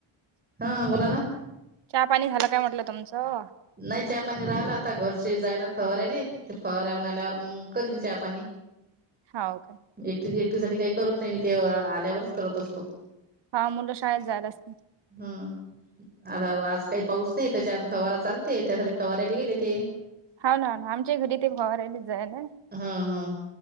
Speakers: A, on the right; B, on the right.
A: हा हा बोला ना
B: चहा पाणी झालं काय म्हटलं तुमचं
A: नाही चहा पाणी राहिला आता घरचे जायला फवारयले ते फवारान आल्यावर मग करील चहापाणी.
B: हा का.
A: एकट एकटी साठी काही करत नाही मी ते आल्यावरच करत असतो.
B: हा मुलं शाळेत जाणार असते.
A: हम्म आता आज काही पाऊस नाही त्याच्यान फवारा चाल. ते त्यासाठी फवारायला गेले ते
B: हा ना ना आम घरी ते भोवारहिलेच जाय ना
A: हा हा.